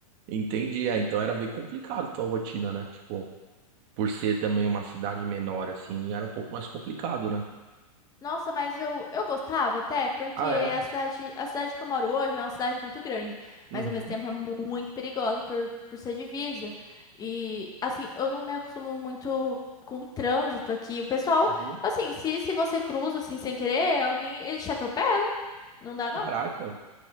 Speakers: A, on the right; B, on the left.
A: Entendi. É, então era bem complicado a tua rotina, né? Tipo, por ser também uma cidade menor assim, era um pouco mais complicado, né?
B: Nossa, mas eu, eu gostava até, porque
A: Ah, é?
B: a cidade, a cidade que eu moro hoje é uma cidade muito grande,
A: Uhum,
B: mas ao mesmo tempo é mu- muito perigosa por, por ser divisa. E assim, eu não me acostumo muito com o trânsito aqui. O pessoal,
A: uhum.
B: assim, se, se você cruza assim sem querer, alguém, eles te atropelam. Não dá
A: Caraca,
B: não.